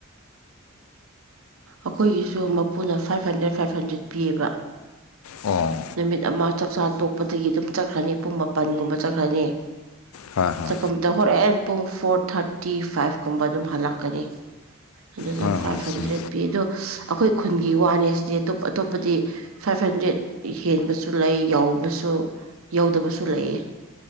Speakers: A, on the right (about 75°); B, on the left (about 80°).
A: ꯑꯩꯈꯣꯏꯒꯤꯁꯨ ꯃꯄꯨꯅ ꯐꯥꯏꯚ ꯍꯟꯗ꯭ꯔꯦꯠ ꯐꯥꯏꯚ ꯍꯟꯗ꯭ꯔꯦꯠ ꯄꯤꯌꯦꯕ
B: ꯑꯣ
A: ꯅꯨꯃꯤꯠ ꯑꯃ ꯆꯥꯛꯆꯥ ꯇꯣꯛꯄꯗꯒꯤ ꯑꯗꯨꯝ ꯆꯠꯈ꯭ꯔꯅꯤ ꯄꯨꯡ ꯃꯥꯄꯟꯒꯨꯝꯕ ꯆꯠꯈ꯭ꯔꯅꯤ
B: ꯍꯣꯏ
A: ꯆꯠꯐꯝꯇ ꯍꯣꯔꯛꯑꯦ ꯄꯨꯡ ꯐꯣꯔ ꯊꯥꯔꯇꯤ ꯐꯥꯏꯚ ꯀꯨꯝꯕ ꯑꯗꯨꯝ ꯍꯜꯂꯛꯀꯅꯤ ꯑꯗꯨꯗ
B: ꯍꯣꯏ
A: ꯐꯥꯏꯚ
B: ꯍꯣꯏ ꯍꯣꯏ ꯆꯨꯝꯃꯦ
A: ꯍꯟꯗ꯭ꯔꯦꯠ ꯄꯤ ꯑꯗꯣ ꯑꯩꯈꯣꯏ ꯈꯨꯟꯒꯤ ꯋꯥꯅꯦꯁꯤꯗꯤ ꯑꯇꯣꯞ ꯑꯇꯣꯞꯄꯗꯤ ꯐꯥꯏꯚ ꯍꯟꯗ꯭ꯔꯦꯗ ꯍꯦꯟꯕꯁꯨ ꯂꯩ ꯌꯥꯎꯕꯁꯨ ꯌꯧꯗꯕꯁꯨ ꯂꯩꯌꯦ